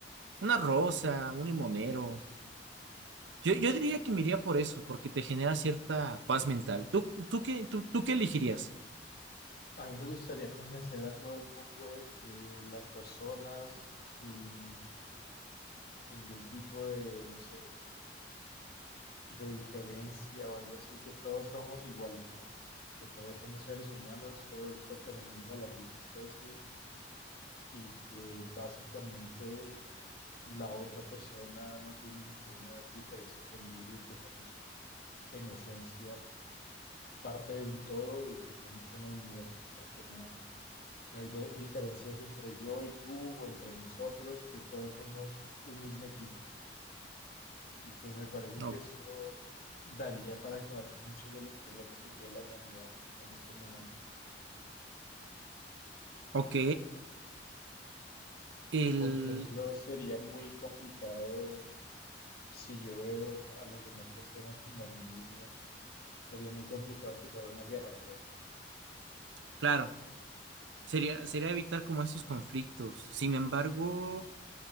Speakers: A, on the right (about 85°); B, on the left (about 55°).
A: una rosa, un limonero. Yo, yo diría que me iría por eso, porque te genera cierta paz mental. ¿Tú, tú qué, tú, tú qué elegirías?
B: A mí me gustaría convencer a todo el mundo de que las personas sin ningún tipo de, no sé, de diferencia o algo así, que todos somos iguales, ¿no? Que todos somos seres humanos, todos pertenecemos a la misma especie y que básicamente la otra persona no tiene ninguna diferencia conmigo y que somos en esencia parte de un todo y que somos una unidad, o sea que no, no hay de- diferencias entre yo y tú o entre nosotros, que todos somos un mismo equipo. Y pues me parece que
A: O-
B: eso daría para acabar con muchos de los problemas que tiene la humanidad en, en este momento.
A: ok, el,
B: Por ejemplo, sería muy complicado si yo veo a las demás personas como a mí mismo Sería muy complicado empezar una guerra, por ejemplo.
A: claro, sería, sería evitar como estos conflictos. Sin embargo,